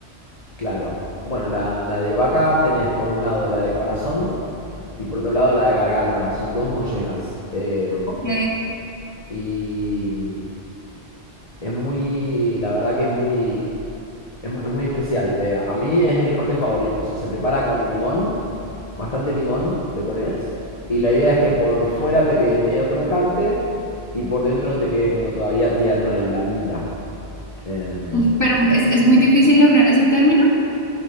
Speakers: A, on the left; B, on the left.
A: Claro. Bueno, la, la de vaca tenés por un lado la de corazón y por otro lado la de garganta. Son dos mollejas. Eh,
B: ok,
A: y mm, es muy, la verdad que es muy, es, mu- es muy especial. Eh, a mí es de mis cortes favoritos. Se prepara con limón, bastante limón le pones. Y la idea es que por fuera te quede medio crocante y por dentro te quede como todavía tierna y blandita. Em,
B: Uf, pero es, es muy difícil lograr ese término,